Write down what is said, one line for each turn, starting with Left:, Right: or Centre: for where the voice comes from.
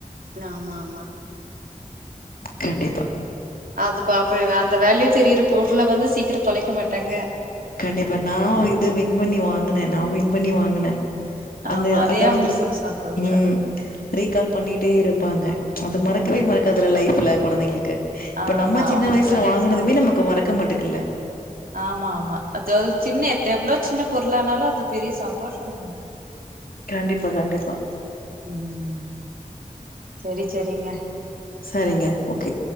Right: ஆமாமா
Left: கண்டிப்பா
Right: அதுப்ப அப்டி வ அந்த வேல்யூ தெரிற பொருள வந்து சீக்கிர தொலைக்க மாட்டாங்க
Left: கண்டிப்பா, நா இது வின் பண்ணி வாங்குன, நா வின் பண்ணி வாங்குன, அந்தே
Right: ஆமா. அதே
Left: அத
Right: அவங்களுக்கு
Left: வந்துஸ்
Right: ஒரு சந்தோஷம்.
Left: ம் ரீகால் பண்ணீட்டே இருப்பாங்க அது மறக்கவே மறக்காதுல்ல லைஃப்ல கொழந்தைங்களுக்கு இப்ப
Right: ஆமா.
Left: நம்ம சின்ன
Right: அவங்களுக்கு
Left: வயசுல
Right: அதே
Left: வாங்குனதுமே
Right: சந்தோஷம்.
Left: நமக்கு மறக்க மாட்டேக்குல்ல
Right: ஆமா, <unintelligible> சின்ன எர்த்தே எவ்ளோ சின்ன பொருளானாலு அது பெரிய சந்தோஷம்
Left: கண்டிப்பா கண்டிப்பா
Right: ம் செரி செரிங்க
Left: சரிங்க ஓகே